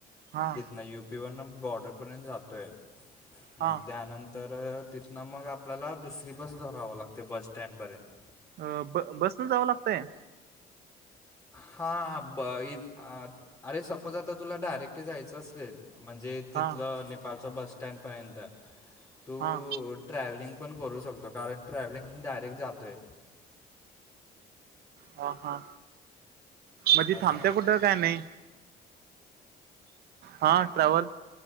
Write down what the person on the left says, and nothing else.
तिथन यु प पी वरणा बॉर्डरपर्यंत जातोय. मग
त्यानंतर अ तिथनं मग आपल्याला दुसरी बस धरावं लागते बस स्टँडपर्यंत
हां ब इ अ द अरे सपोज आता तुला डायरेक्टं जायचं असेल म्हणजे तिथल
नेपाळचा बस स्टँड पर्यंत तू
ट्रॅव्हलिंग पण करू शकतो कारण ट्रॅवेलिंग डायरेक्ट जातोय.
असं
आहे